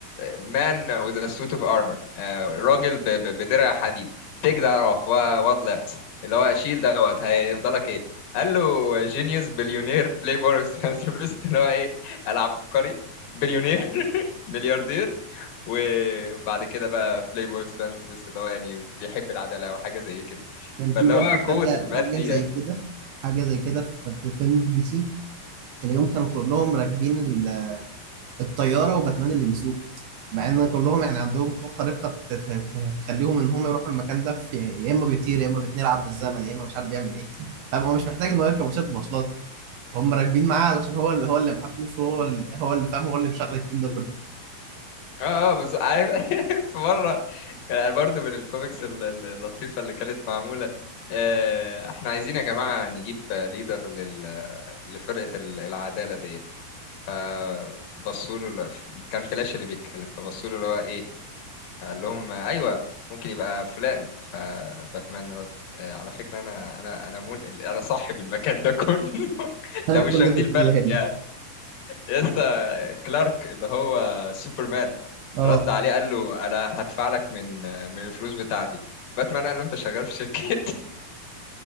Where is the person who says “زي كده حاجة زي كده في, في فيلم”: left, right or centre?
Right